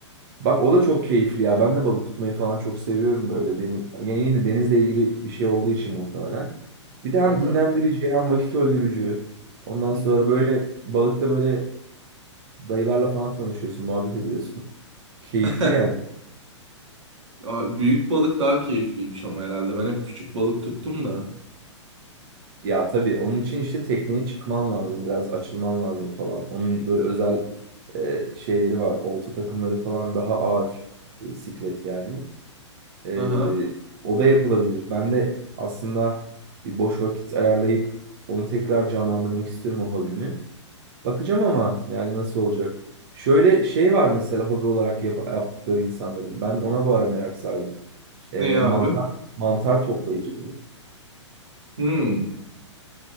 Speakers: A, on the right; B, on the right.
A: Bak o da çok keyifli ya. Ben de balık tutmayı falan çok seviyorum böyle. Deniz, yani yine denizle ilgili bir şey olduğu için muhtemelen. Bir de hem
B: Aha.
A: dinlendirici hem vakit öldürücü. Ondan
B: Hı
A: sonra
B: hı.
A: böyle balıkta böyle dayılarla falan tanışıyorsun, muhabbet ediyorsun. <laughs> Keyifli
B: <laughs>
A: yani.
B: Ya Büyük balık daha keyifliymiş ama herhalde. Ben hep küçük balık tuttum da.
A: Ya tabii onun için işte tekneye çıkman lazım, biraz açılman lazım falan. Onun böyle özel e, şeyleri var, olta takımları falan daha ağır e, siklet yani. Ee,
B: Aha.
A: o da yapılabilir. Ben de aslında bir boş vakit ayarlayıp onu tekrar canlandırmak istiyorum o hobimi. Bakacağım ama
B: Hı hı.
A: yani nasıl olacak? Şöyle şey var mesela hobi olarak yap- yaptıkları insanların. Ben ona bu ara merak sardım. Ee,
B: Ne ya
A: mantar
B: abi?
A: mantar toplayıcılığı.
B: Hmm.